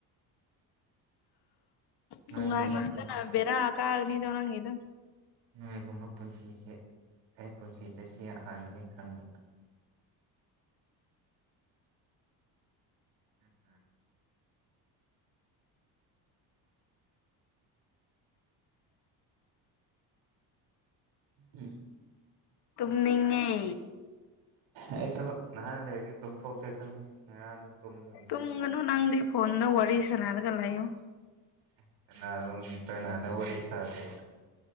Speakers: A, on the right; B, on the left.
A: ꯅꯣꯏꯒꯨꯝꯕ
B: ꯅꯨꯡꯉꯥꯏꯃꯟꯗꯅ
A: ꯄꯨꯟ
B: ꯕꯦꯔꯥ ꯀꯥꯒꯅꯤꯗꯣ ꯅꯪꯒꯤꯗꯨ
A: ꯅꯣꯏꯒꯨꯝꯕ ꯄꯨꯟꯁꯤꯁꯦ ꯑꯩ ꯄꯨꯟꯁꯤꯇꯁꯦ ꯍꯥꯟꯅꯅꯤ ꯈꯪꯕ <inaudible> ꯎꯝ
B: ꯇꯨꯝꯅꯤꯡꯉꯦ
A: ꯑꯩꯁꯨ ꯅꯍꯥꯔ ꯂꯩꯔꯗꯤ ꯇꯨꯝꯊꯣꯛꯁꯦ ꯈꯪꯗꯦ ꯉꯔꯥꯡꯗꯣ ꯇꯨꯝꯗꯕꯤꯅ
B: ꯇꯨꯡꯒꯅꯨ ꯅꯪꯗꯤ ꯐꯣꯟꯗ ꯋꯥꯔꯤ ꯁꯅꯥꯔꯒ ꯂꯩꯌꯣ
A: <unintelligible> ꯀꯅꯥꯗ ꯋꯥꯔꯤ ꯁꯗꯣꯕ